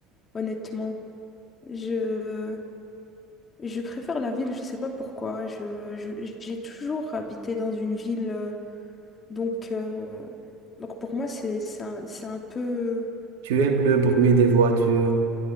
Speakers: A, on the left (about 30°); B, on the right (about 65°).
A: honnêtement. Je, je préfère la ville, je sais pas pourquoi. Je, je- j'ai toujours habité dans une ville, euh, donc, euh, donc pour moi c'est, c'est un, c'est un peu...
B: Tu aimes le bruit des voitures,